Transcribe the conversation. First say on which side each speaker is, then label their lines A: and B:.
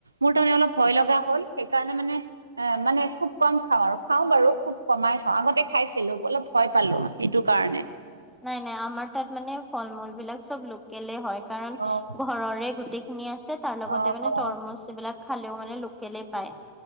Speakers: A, on the right; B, in the centre.
A: মোৰ তাৰমানে অলপ ভয় লগা হ'ল। সেইকাৰণে মানে- এ মানে খুব কম খাওঁ আৰু খাওঁ বাৰু খুব কমাই খাওঁ আগতে খাইছিলো অলপ- হয়ঁ পালো সেইটো কাৰণে-
B: নাই নাই আমাৰ তাত মানে ফল মূল বিলাক চব লোকেলে হয় কাৰণ
A: অ',
B: ঘৰৰে গোটেই- খিনি আছে তাৰ লগতে
A: অ',
B: মানে
A: অ'।
B: তৰমুজ এইবিলাক খালেও মানে লোকেলে পায়।